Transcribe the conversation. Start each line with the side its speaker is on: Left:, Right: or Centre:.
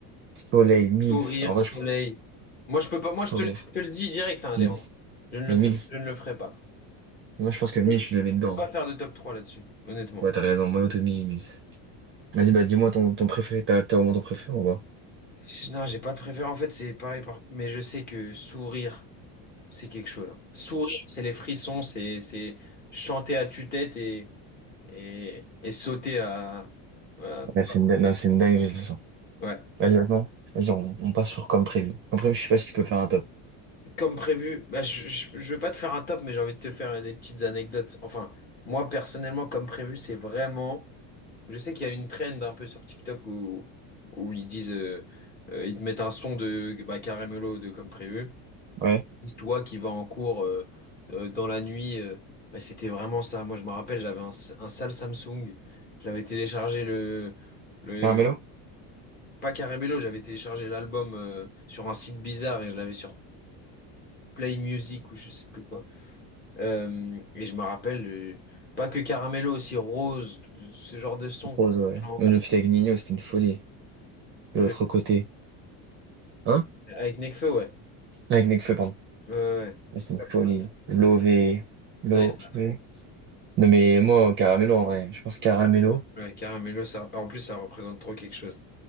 Right: Soleil, Mills.
Left: Sourire,
Right: En vrai,
Left: soleil.
Right: je...
Left: Moi, je peux pas. Moi,
Right: Sourire,
Left: je te, le je te le dis direct, hein,
Right: Mills.
Left: Léon. Je ne
Right: Mais
Left: le fais,
Right: Mills.
Left: je ne le ferai pas.
Right: Moi je pense que
Left: Je
Right: Mills, je le mets dedans.
Left: peux pas faire de top 3 là-dessus, honnêtement.
Right: Ouais, t'as raison, Monotonie, Mills. Vas-y, bah dis-moi ton, ton préféré. T'as t'as au moins ton préféré, on va.
Left: Je- Non, j'ai pas de préférence. En fait, c'est pareil. Par... Mais je sais que sourire. C'est quelque chose. hein. Sourire, c'est les frissons, c'est c'est chanter à tue-tête et, et, et sauter à... voilà, bah,
Right: Ouais, c'est une, din- non, c'est une dinguerie, ce son.
Left: ouais.
Right: Vas-y, maintenant. Vas-y, on, on passe sur comme prévu. Comme prévu, je sais pas si tu peux faire un top.
Left: Comme prévu, bah, je, je, je veux pas te faire un top, mais j'ai envie de te faire des petites anecdotes. Enfin, moi, personnellement, comme prévu, c'est vraiment... Je sais qu'il y a une trend un peu sur TikTok où, où ils disent... euh, euh, ils te mettent un son de bah, Carrémolo de comme prévu.
Right: Ouais.
Left: Toi qui va en cours euh, euh, dans la nuit, euh, bah, c'était vraiment ça. Moi, je me rappelle, j'avais un, s- un sale Samsung. J'avais téléchargé le, le,
Right: Carmelo?
Left: pas Caramello, j'avais téléchargé l'album euh, sur un site bizarre et je l'avais sur Play Music ou je sais plus quoi. Euh, et je me rappelle, euh, pas que Caramello, aussi Rose, ce genre de son.
Right: Rose, ouais.
Left: J'allais En
Right: Nous,
Left: cours,
Right: fit avec Nino, c'était une folie.
Left: le,
Right: De l'autre côté. Hein?
Left: avec Nekfeu, ouais.
Right: Avec Nekfeu, pardon.
Left: Ouais, ouais.
Right: Ouais, C'était une folie.
Left: Ouais.
Right: Lové. Lové.
Left: Non, il y en a trop.
Right: Non, mais moi, Caramelo, en vrai. Je pense Caramelo.
Left: Ouais, Caramello, ça, en plus, ça représente trop quelque chose.